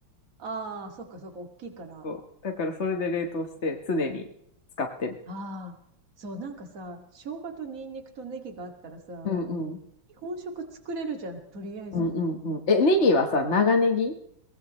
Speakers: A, on the right; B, on the left.
A: ああ、そっかそっか、大きいから。
B: そう。だから、それで冷凍して、常に使ってる。
A: ああ、そう、なんかさ、生姜とニンニクとネギがあったらさ、
B: うんうん。
A: 日本食作れるじゃん、とりあえずは。
B: うんうんうん。え、ネギはさ、長ネギ